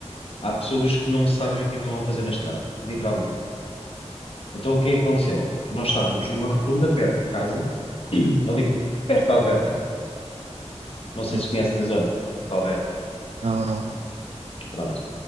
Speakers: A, on the left (about 55°); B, on the right (about 65°).
A: Há pessoas que não sabem o que é que estão a fazer na estrada, literalmente. Então o que é que aconteceu? Nós estávamos numa rotunda perto de casa, <clears throat> ali perto da Alverca. Não sei
B: Sim.
A: se conheces a zona da Alverca.
B: Não, não, não.
A: Pronto.